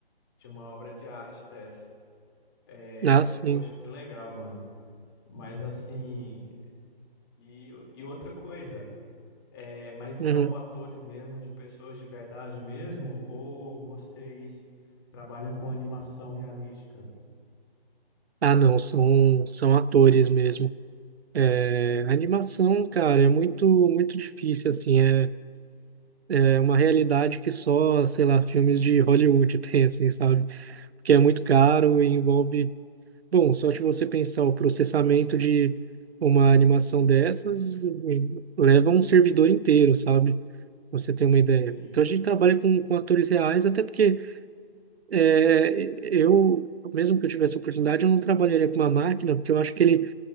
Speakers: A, on the left; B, on the right.
A: de uma obra de arte dessa. É,
B: Ah, sim.
A: poxa, que legal, mano. Mas assim. E, e outra coisa. É, mas são
B: Uhum.
A: atores mesmo, de pessoas de verdade mesmo, ou vocês trabalham com animação realística?
B: Ah, não, são, são atores mesmo. É, a animação, cara, é muito, muito difícil, assim, é, é uma realidade que só, sei lá, filmes de Hollywood <laughs> tem, assim, sabe? Porque é muito caro e envolve... Bom, só de você pensar o processamento de uma animação dessas eh, leva um servidor inteiro, sabe? Pra Você tem uma ideia.
A: Sim,
B: Então a gente trabalha com, com atores reais, até porque é, eu, mesmo que eu tivesse oportunidade, eu não trabalharia com uma máquina, porque eu acho que ele